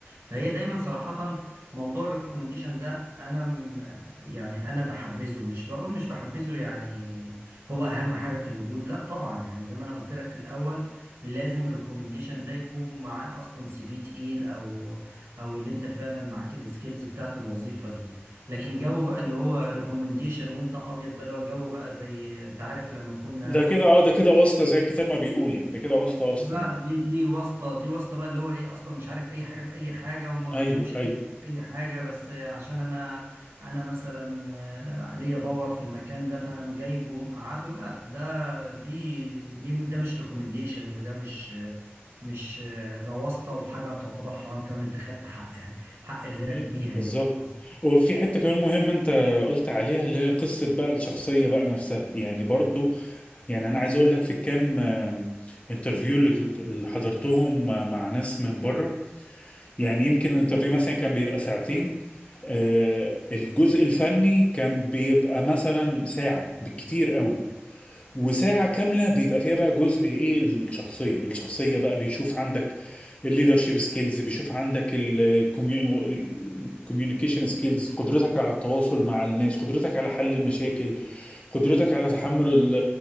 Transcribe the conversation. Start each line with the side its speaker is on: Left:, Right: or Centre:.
Right: فهي دايما صراحه موضوع الريكومنديشن ده انا م- يعني انا بحبذه مش بقول مش بحبذه يعني هو اهم حاجه في الوجود لا طبعا يعني زي ما انا قلت لك في الاول لازم الريكومنديشن ده يكون معاه اصلا سي في تقيل او او اللي انت فعلا معاك السكيلز بتاعت الوظيفه دي لكن جو بقى اللي هو ريكومنديشن وانت ابيض بقى اللي هو جو بقى زي انت عارف لما كنا
Left: ده كده اه ده كده واسطه زي الكتاب ما بيقول يعني ده كده واسطه واسطه
Right: لا
Left: يعني
Right: دي دي واسطه دي واسطه بقى اللي هو ايه اصلا مش عارف اي حاجه في اي حاجه وما بيفهمش
Left: ايوه
Right: اي
Left: ايوه
Right: حاجه في اي حاجه بس عشان انا انا مثلا آه، ليا باور في المكان ده فانا جايبه مقعده لا ده دي دي ده مش ريكومنديشن وده مش مش آه، ده واسطه وحاجه تعتبر حرام كمان انت خدت حق حق غيرك
Left: مم،
Right: بيها
Left: بالظبط
Right: يعني
Left: وفي حتة كمان مهمة انت قلت عليها اللي هي قصة بقى الشخصية بقى نفسها يعني برضو يعني انا عايز اقول لك في الكام آه، انترفيو اللي كنت- اللي حضرتهم مع مع ناس من بره يعني يمكن الانترفيو مثلا كان بيبقى ساعتين آه، الجزء الفني كان بيبقى مثلا ساعة بالكتير قوي وساعة كاملة بيبقى فيها بقى جزء ايه الشخصية الشخصية بقى بيشوف عندك الليدرشيب سكيلز بيشوف عندك الكوميونيكيشن سكيلز قدرتك على التواصل مع الناس قدرتك على حل المشاكل قدرتك على تحمل ال-